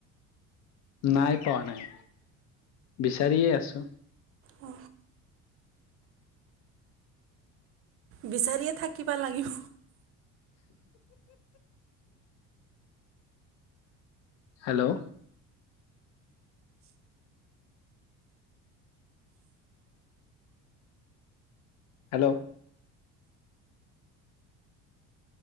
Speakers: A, on the left; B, on the right.
A: নাই পোৱা নাই বিচাৰিয়ে আছো
B: অ বিচাৰিয়ে থাকিবা লাগিব
A: হেল্ল' হেল্ল'